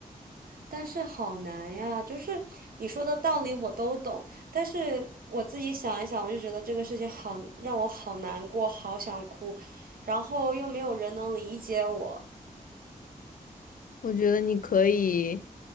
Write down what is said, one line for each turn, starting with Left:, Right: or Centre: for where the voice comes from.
Right: 但是好难呀，就是你说的道理我都懂，但是我自己想一想，我就觉得这个事情好，让我好难过，好想哭，然后又没有人能理解我。
Left: 我觉得你可以，